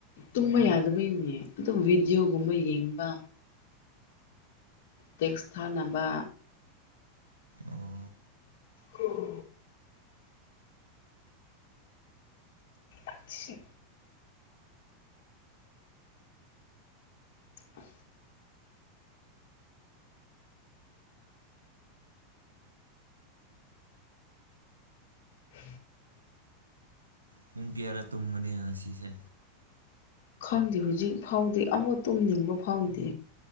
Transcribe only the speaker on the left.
ꯇꯨꯝꯕ ꯌꯥꯗꯕꯩꯅꯦ ꯑꯗꯨꯝ ꯚꯤꯗꯤꯑꯣꯒꯨꯝꯕ ꯌꯦꯡꯕ ꯇꯦꯛꯁ ꯊꯥꯅꯕ
ꯑꯣ ꯑꯤ ꯑ ꯎ
ꯈꯪꯗꯦ ꯍꯧꯖꯤꯛ ꯐꯥꯎꯗꯦ ꯑꯃꯣ ꯇꯨꯝꯅꯤꯡꯕ ꯐꯥꯎꯗꯦ